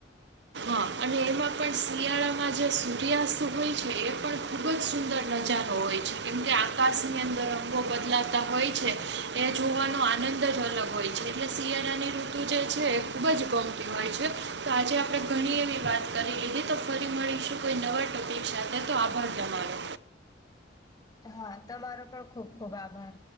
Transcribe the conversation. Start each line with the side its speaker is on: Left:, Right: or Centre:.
Right: હા અને માં પણ શિયાળામાં જે સૂર્યાસ્ત હોય છે, એ પણ ખૂબ જ સુંદર નજારો હોય છે. કેમકે આકાશની અંદર રંગો બદલાતા હોય છે. એ જોવાનો આનંદ જ અલગ હોય છે એટલે શિયાળાની ઋતુ જે છે એ ખૂબ જ ગમતી હોય છે. તો આજે આપડે ઘણી એવી વાત કરી લીધી તો ફરી મળીશુ કોઈ નવા ટોપીક સાથે તો આકાર તમારો.
Left: હા તમારો પણ ખુબ ખુબ આભાર.